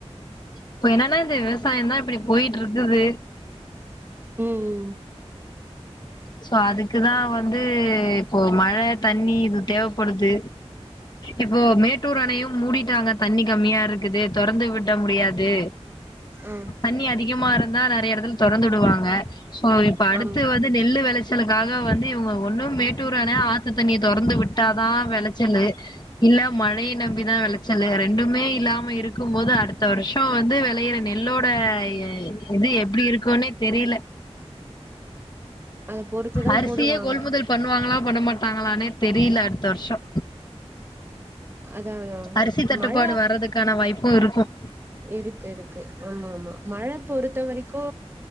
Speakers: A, on the left; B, on the right.
A: இப்ப என்னனா இந்த விவசாய தா இப்டி போய்ட்டு இருக்குது
B: ம் ம்
A: சோ அதுக்குதா வந்து இப்போ மழ தண்ணி இது தேவப்படுது இப்போ மேட்டூர் அணையு மூடிட்டாங்க தண்ணி கம்மியா இருக்குது தொறந்து விட முடியாது
B: ஆ
A: தண்ணி அதிகமா இரு ந்தா நறைய எடத்துல தொறந்துடுவாங்க சோ அடுத்து
B: ஆமா
A: வந்து நெல்லு வெளச் ச்சலுக்காக வந்து இவங்க ஒண்ணு மேட்டூர் அண ஆத்து தண்ணிய தொறந்து விட்டாதா வெலச்சலு இல்ல மழைய நம்பிதா வெலச்சலு ரெண்டுமே இல்லாம இருக்கும்போது அடுத்த வருஷ வந்து வெளையற நெல்லோட இது எப்டி இருக்கோனே தெரில
B: அத பொறுத்துதா
A: அரிசியே
B: போடுவாங்க
A: கொள்முதல் பண்ணுவாங்களா பண்ண மாட்டாங்களானே தெரில அடுத்த வருஷ
B: அதா அதா
A: அரிசி தட்டுபாடு
B: மழ
A: வரதுக்கான வாய்ப் <unintelligible>
B: இருக்கு இருக்கு ஆமா ஆமா மழ பொறுத்த வரைக்கோ